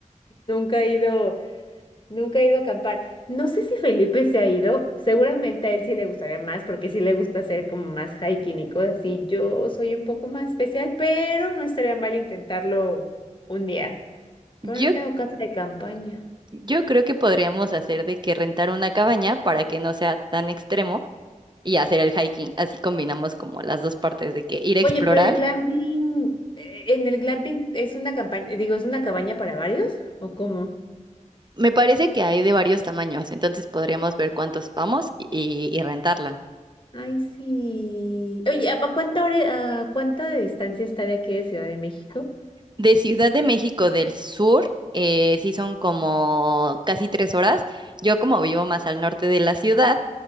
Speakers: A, on the left; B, on the right.
A: nunca he ido. Nunca he ido a acampar. No sé si Felipe se ha ido. Seguramente a él sí le gustaría más porque sí le gusta hacer como más hiking y cosas así. Yo soy un poco más especial, pero no estaría mal intentarlo un día. Pero
B: Yo
A: no tengo casa de campaña.
B: yo creo que podríamos hacer de que rentar una cabaña para que no sea tan extremo y hacer el hiking. Así combinamos como las dos partes de que ir a explorar
A: Oye, pero el glamping, eh, en el glamping es una campaña, digo, ¿es una cabaña para varios? ¿O cómo?
B: Me parece que hay de varios tamaños, entonces podríamos ver cuántos vamos y, y- y rentarla.
A: Ay, sí. Oye, ¿a a cuánta hora, a cuánta de distancia está de aquí de Ciudad de México?
B: De Ciudad de México del Sur, eh, sí son como casi tres horas. Yo como vivo más al norte de la ciudad,